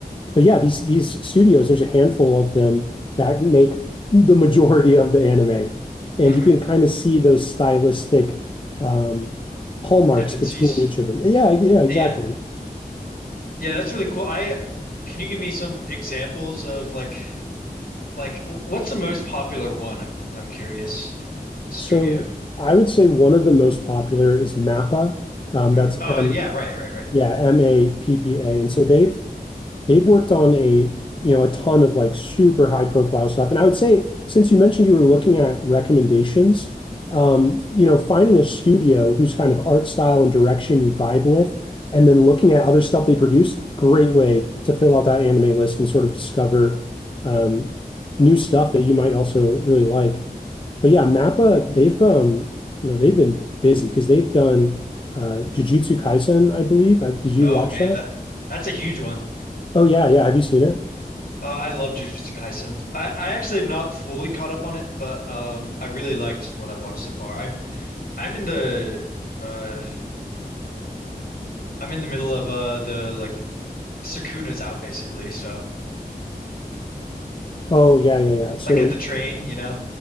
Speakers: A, on the left (about 30°); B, on the left (about 75°).
A: but yeah, these these studios, there's a handful of them that make the majority of the anime, and
B: hmm
A: you can kind of see those stylistic um, hallmarks
B: Tendencies.
A: between each of them. Yeah, yeah, exactly.
B: Yeah. Yeah, that's really cool. I can you give me some examples of like like wh- what's the most popular one? I'm I'm curious. Studio.
A: So I would say one of the most popular is MAPPA. Um,
B: Mhm.
A: that's M,
B: Oh yeah, right, right, right.
A: yeah, M-A-P-P-A. And so they've they've worked on a you know a ton of like super high profile stuff. And I would say since you mentioned you were looking at recommendations, um, you know, finding a studio whose kind of art style and direction you vibe with, and then looking at other stuff they produce, great way to fill out that anime list and sort of discover um, new stuff that you might also really like. But yeah, MAPPA, they've um, you know, they've been busy because they've done uh Jujutsu Kaisen, I believe. i did you
B: Oh
A: watch
B: man,
A: that?
B: that that's a huge one.
A: Oh yeah, yeah. Have you seen it?
B: Uh, I love Jujutsu Kaisen. I I actually am not fully caught up on it, but um I really liked what I watched so far. I'm I'm in the uh I'm in the middle of uh the like Sukuna's out basically, so
A: Oh yeah, yeah, yeah. So
B: like at the train, you know.